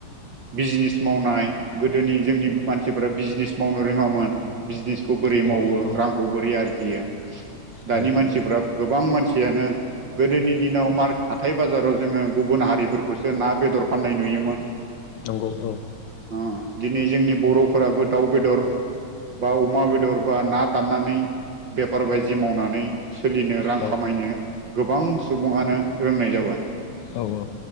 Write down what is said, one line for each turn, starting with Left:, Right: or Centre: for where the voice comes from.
Right: बिजनेस मावनाय गोदोनि जोंनि मानसिफोरा बिजनेस मावनो रोङामोन बिजनेस खौ बोरै
Left: नंगौ
Right: मावो
Left: औ
Right: रांखौ बोरै आरजियो दानि
Left: औ
Right: मानसिफ्रा
Left: नंगौ
Right: गोबां मानसि गोदोनि दिनाव मार हाथाय बाजाराव जोङो गुबुन हारिफोरखौसो ना बेदर फाननाय नुयोमोन
Left: नंगौ औ।
Right: ओ दिनै जोंनि बर'फोराबो दाउ बेदर बा अमा बेदर बा ना दाननानै बेफार बायदि मावनानै सोलिनो रां
Left: औ
Right: खामायनो गोबां सुबुङआनो रोंनाय जाबाय
Left: औ औ